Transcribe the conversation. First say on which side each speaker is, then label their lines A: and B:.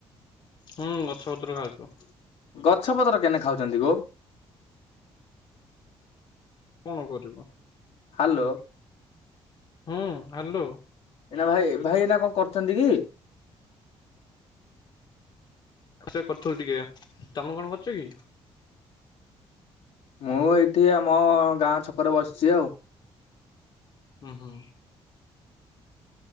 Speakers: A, on the left; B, on the left.
A: ହୁଁ ଗଛପତ୍ର ଖାଉଛୁ।
B: ଗଛ ପତ୍ର କେନେ ଖାଉଛନ୍ତି ଗୋ
A: କଣ କରିବୁ ଆଉ।
B: ହ୍ୟାଲୋ।
A: ହୁଁ ଆଲୋ।
B: ଏଇନା ଭାଇ ଭାଇ ଏନା କଣ କରଛନ୍ତି କି।
A: ସେ କରୁଥିଲୁ ଟିକେ ତମେ କଣ କରୁଛ କି?
B: ମୁଁ ଏଇଠି ଆମ ଗାଁ ଛକରେ ବସିଛି ଆଉ
A: ହୁଁ ହୁଁ।